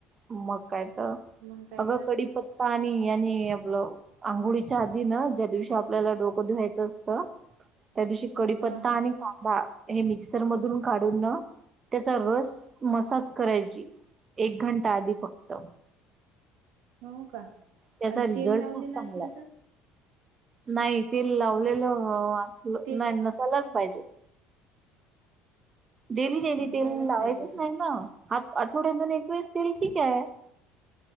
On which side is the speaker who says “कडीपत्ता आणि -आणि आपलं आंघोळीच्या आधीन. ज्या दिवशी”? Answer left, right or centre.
Right